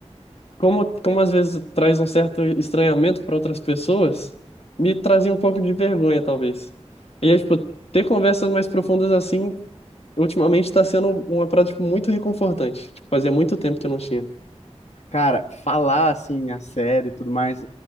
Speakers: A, on the left; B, on the left.
A: como, como às vezes traz um certo estranhamento para outras pessoas, me trazia um pouco de vergonha, talvez. E aí, tipo, ter conversas mais profundas assim, ultimamente está sendo uma prática tipo, muito reconfortante. Tipo, fazia muito tempo que eu não tinha.
B: Cara, falar assim a série e tudo mais,